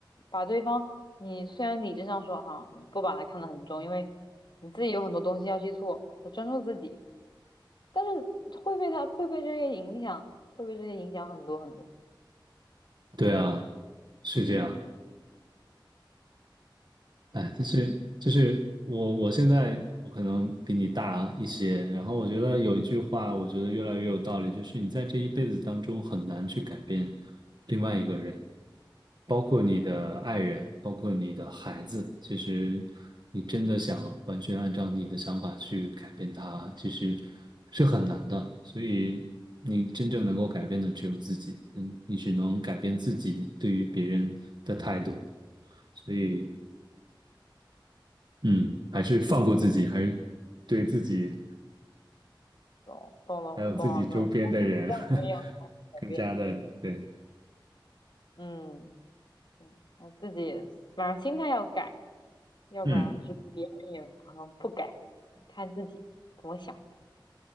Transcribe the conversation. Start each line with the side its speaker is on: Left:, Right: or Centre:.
Left: 把对方，你虽然理智上说哈，你不把他看得很重，因为你自己有很多东西要去做，要专注自己，但是会被他会被这些影响，会被这些影响很多很多。
Right: 对啊，
Left: 嗯，
Right: 是这样。哎，就是就是我我现在我可能比你大一些，然后我觉得有一句话，我觉得越来越有道理，就是你在这一辈子当中很难去改变另外一个人，包括你的爱人，包括你的孩子。其实你真的想完全按照你的想法去改变他，其实是很难的。所以你真正能够改变的只有自己，嗯，你只能改变自己对于别人的态度。所以嗯，还是放过自己，还是对自己
Left: 懂懂了懂了懂了，
Right: 还有自己周边的人
Left: 这里也要
Right: <laughs>
Left: 改变。
Right: 更加的对，
Left: 嗯嗯，那自己反正心态要改，要不然就别人也可能不改，
Right: 嗯。
Left: 看自己怎么想。